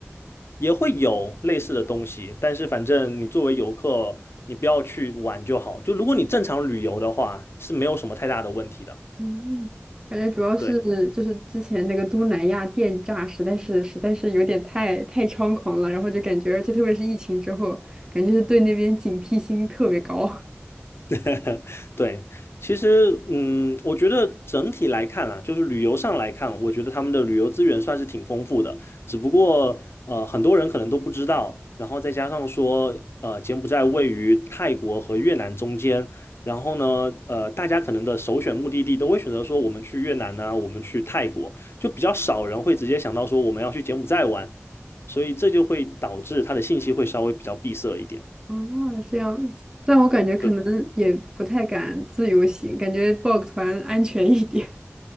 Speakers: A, on the left; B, on the right.
A: 也会有类似的东西，但是反正你作为游客，你不要去玩就好。就如果你正常旅游的话，是没有什么太大的问题的。
B: 嗯，感觉主要是就是之前那个东南亚电诈实在是实在是有点太太猖狂了，
A: 对。
B: 然后就感觉，而且特别是疫情之后，感觉是对那边警惕心特别高。<laughs>
A: <laughs> 对，其实，嗯，我觉得整体来看啊，就是旅游上来看，我觉得他们的旅游资源算是挺丰富的。只不过，呃，很多人可能都不知道，然后再加上说，呃，柬埔寨位于泰国和越南中间，然后呢，呃，大家可能的首选目的地都会选择说我们去越南呢、我们去泰国，就比较少人会直接想到说我们要去柬埔寨玩，所以这就会导致它的信息会稍微比较闭塞一点。
B: 哦，这样子，但我感觉可能也不太敢自由行，
A: 对。
B: 感觉报个团安全一点。